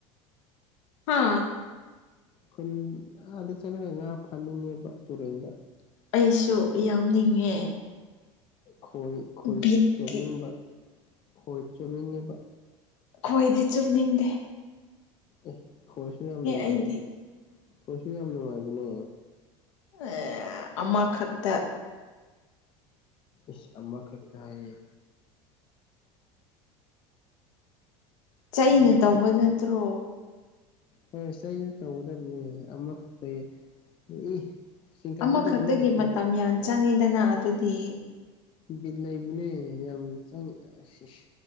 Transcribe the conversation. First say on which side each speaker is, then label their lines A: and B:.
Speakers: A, on the left; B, on the left.
A: ꯍꯥ
B: ꯈꯨꯟ ꯑꯥꯗ ꯆꯠꯂꯒ ꯉꯥ ꯐꯅꯤꯡꯉꯦꯕ ꯇꯨꯔꯦꯟꯗ
A: ꯑꯩꯁꯨ ꯌꯥꯎꯅꯤꯡꯉꯦ
B: ꯈꯣꯏ ꯈꯣꯏ
A: ꯕꯤꯠꯀꯤ
B: ꯆꯣꯞꯅꯤꯡꯕ ꯈꯣꯏ ꯆꯣꯞꯅꯤꯡꯉꯦꯕꯥ
A: ꯈꯣꯏꯗꯤ ꯆꯨꯞꯅꯤꯡꯗꯦ
B: ꯑꯦ ꯈꯣꯏꯁꯨ ꯌꯥꯝ ꯅꯨꯡꯉꯥꯏ
A: ꯑꯩꯗꯤ
B: ꯈꯣꯏꯁꯨ ꯌꯥꯝ ꯅꯨꯡꯉꯥꯏꯕꯅꯦ
A: ꯑꯦ ꯑꯃ ꯈꯛꯇ
B: ꯏꯁ ꯑꯃ ꯈꯛꯀ ꯍꯥꯏꯌꯦ
A: ꯆꯩꯩꯅ
B: ꯑꯃꯈꯛꯇ
A: ꯇꯧꯕ ꯅꯠꯇ꯭ꯔꯣ
B: ꯍꯣꯏ ꯆꯩꯅ ꯇꯧꯒꯗꯕꯅꯦ ꯑꯃꯈꯛꯇ ꯑꯦ ꯏ ꯆꯤꯡꯈꯠꯄꯗꯤ
A: ꯑꯃꯈꯛꯇꯒꯤ
B: ꯑꯃꯈꯛꯇꯅꯤ
A: ꯃꯇꯝ ꯌꯥꯝ ꯆꯪꯉꯤꯗꯅꯥ ꯑꯗꯨꯗꯤ
B: ꯕꯤꯠ ꯂꯩꯕꯅꯦ ꯌꯥꯝ ꯆꯪ ꯏꯁ ꯏꯁ